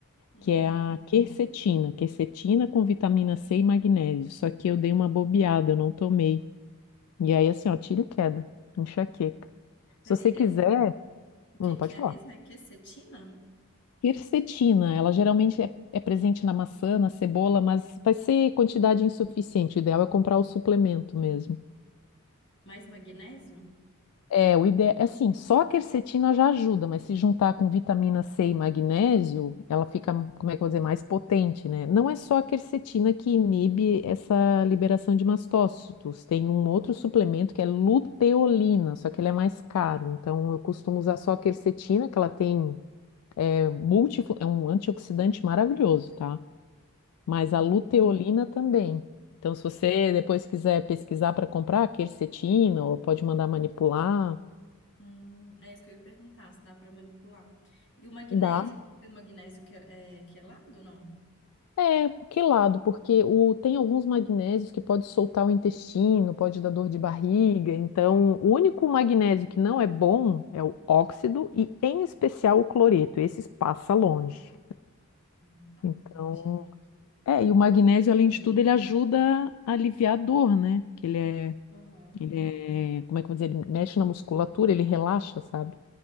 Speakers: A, on the left (about 50°); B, on the left (about 80°).
A: Uhum.
B: Que é a quercetina. Quercetina com vitamina C e magnésio. Só que eu dei uma bobeada, eu não tomei. E aí, assim, ó, tiro e queda, enxaqueca.
A: Peraí,
B: Se você quiser,
A: é O
B: hum,
A: que que
B: pode
A: é
B: falar.
A: mesmo? É quercetina?
B: Quercetina, ela geralmente é, é presente na maçã, na cebola, mas vai ser quantidade insuficiente. O ideal é comprar o suplemento mesmo.
A: Mais magnésio?
B: É, o ideal é assim, só a quercetina já ajuda, mas se juntar com vitamina C e magnésio, ela fica, como é que eu vou dizer, mais potente, né? Não é só a quercetina que inibe essa liberação de mastócitos, tem um outro suplemento que é luteolina, só que ele é mais caro, então eu costumo usar só a quercetina, que ela tem é, multifu- é um antioxidante maravilhoso, tá? Mas
A: Hum.
B: a luteolina também. Então, se você depois quiser pesquisar para comprar a quercetina, ou pode mandar manipular,
A: Hum, é isso que eu ia perguntar, se dá para manipular. E o magnésio,
B: dá
A: tem que ser o magnésio que é, é quelado, ou não?
B: É, que lado? Porque o, tem alguns magnésios que pode soltar o intestino, pode dar dor de barriga. Então, o único magnésio que não é bom é o óxido e, em especial, o cloreto. Esses passa longe.
A: Hum, Tá,
B: Então,
A: entendi. Eu tô,
B: é, e o magnésio,
A: tô anotando
B: além de
A: aqui.
B: tudo, ele ajuda a aliviar a dor, né? Porque ele é,
A: Aham,
B: ele é, como é que eu vou dizer? Ele mexe na musculatura, ele relaxa, sabe?